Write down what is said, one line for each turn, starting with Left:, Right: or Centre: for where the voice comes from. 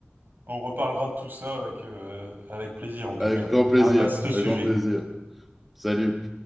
Right: on reparlera de tout ça avec euh, avec plaisir en tout
Centre: Avec
Right: cas.
Centre: grand plaisir,
Right: Un vaste sujet.
Centre: avec grand plaisir. Salut.